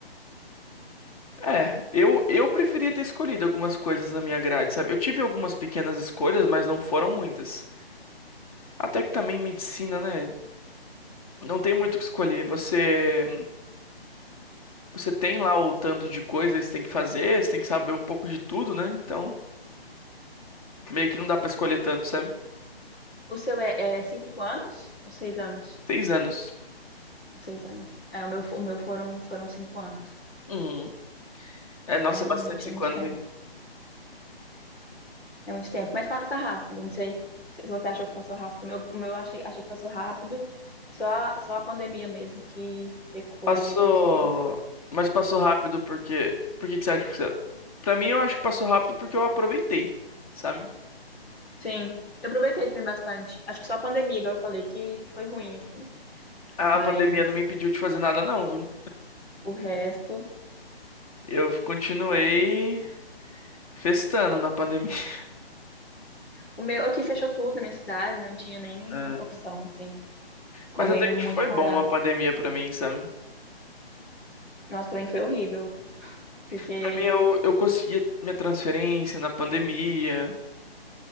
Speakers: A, on the left; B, on the left.
A: É, eu, eu preferia ter escolhido algumas coisas na minha grade, sabe? Eu tive algumas pequenas escolhas, mas não foram muitas. Até que também medicina, né? Não tem muito o que escolher. Você, você tem lá o tanto de coisas que você tem que fazer, você tem que saber um pouco de tudo, né? Então, meio que não dá pra escolher tanto, sabe?
B: O seu é, é cinco anos ou seis anos?
A: Seis anos.
B: Seis anos. É, o meu, o meu foram, foram cinco anos.
A: Uhum. É, nossa,
B: É realmente,
A: é bastante cinco
B: é muito
A: anos,
B: tempo.
A: hein?
B: É muito tempo, mas passa rápido. Não sei se se você achou que passou rápido. O meu, o meu eu achei, achei que passou rápido. Só, só a pandemia mesmo que pecou
A: Passou.
B: ali, porque.
A: Mas passou rápido porque. Por que que você acha que você. Pra mim, eu acho que passou rápido porque eu aproveitei, sabe?
B: Sim, eu aproveitei também bastante. Acho que só a pandemia, igual eu falei, que foi ruim, assim.
A: A
B: Mas
A: pandemia não me impediu de fazer nada, não, viu?
B: o resto.
A: Eu continuei festando na pandemia. <laughs>
B: O meu aqui fechou tudo na minha cidade, não tinha nem
A: Ah.
B: opção, assim. Ficou
A: Mas
B: bem
A: até
B: muito
A: que foi
B: parado.
A: bom a pandemia pra mim, sabe?
B: Nossa, pra mim foi horrível, porque.
A: Pra mim, eu, eu consegui minha transferência na pandemia.